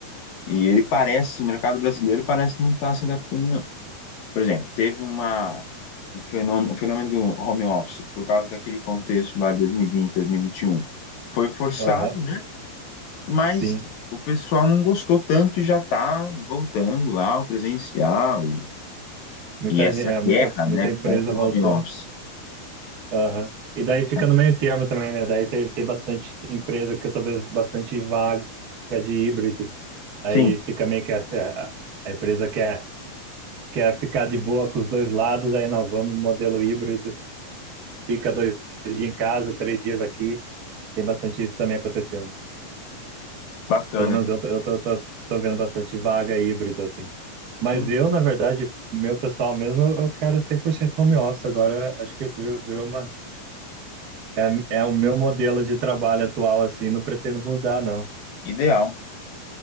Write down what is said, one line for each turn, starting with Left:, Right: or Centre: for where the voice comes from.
Left: E ele parece, o mercado brasileiro parece não estar se adaptando, Por exemplo, teve uma, um fenômeno, o fenômeno do home office, por causa daquele contexto lá de 2020, 2021. Foi forçado,
Right: aham,
Left: né? Mas
Right: sim.
Left: o pessoal não gostou tanto e já está voltando lá ao presencial e,
Right: Muita
Left: e essa
Right: gente, é, muita,
Left: guerra,
Right: muita
Left: né,
Right: empresa
Left: contra
Right: voltou.
Left: o home office.
Right: Aham. E daí fica
Left: né?
Right: no meio termo também, né? Daí tem, tem bastante empresa que eu tô vendo bastante vaga de híbrido. Aí
Left: Sim,
Right: fica meio que essa, a a empresa quer que é ficar de boa com os dois lados, aí não, vamos modelo híbrido, fica dois dias em casa, três dias aqui, tem bastante isso também acontecendo.
Left: bacana.
Right: Pelo menos eu tô, eu tô, tô, tô vendo bastante vaga híbrida, assim. Mas
Left: Sim,
Right: eu, na verdade, meu pessoal mesmo, eu eu quero 100% home office agora, acho que virou, virou uma... É, é o meu modelo de trabalho atual, assim, não pretendo mudar, não.
Left: ideal.